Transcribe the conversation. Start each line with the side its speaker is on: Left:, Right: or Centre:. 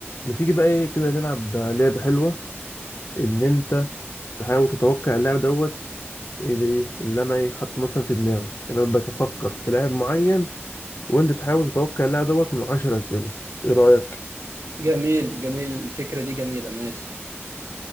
Left: ما تيجي بقى ايه كده نلعب لعبة حلوة ان انت تحاول تتوقع اللاعب دوت اللي, اللي انا ايه حاطه مثلا في دماغي يعني انا بفكر في لاعب معين وانت تحاول تتوقع اللاعب دوت من عشر اسئلة ايه رأيك
Right: جميل جميل الفكرة دي جميلة ماشي